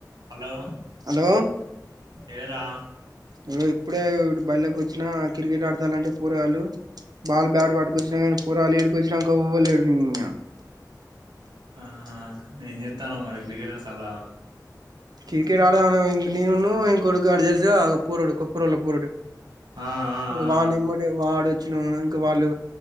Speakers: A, on the right (about 80°); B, on the right (about 65°).
A: హలో
B: హలో
A: ఏరా
B: ఇగో ఇప్పుడే బళ్ళోకొచ్చినా వచ్చిన క్రికెట్ ఆడతానంటే పూరగాళ్లు. బాల్ బ్యాట్ పట్టుకొచ్చిన గానీ పొరగాళ్ళు ఇడకొచ్చినాకా ఎవల్ లేడు ఇన్యా
A: ఆహా ఏం చెత్తనవ్ మరి క్రికెటర్స్ అలా
B: క్రికెట్ ఆడదాం ఇంగ నేనును ఇంకొడు గాడు తెల్సుగా అగో పోరడు కుప్పరొళ్ళ పోరడు.
A: ఆ ఆ ఆ
B: వాని ఎమ్మడే వాడొచ్చినా ఇంక వాళ్ళు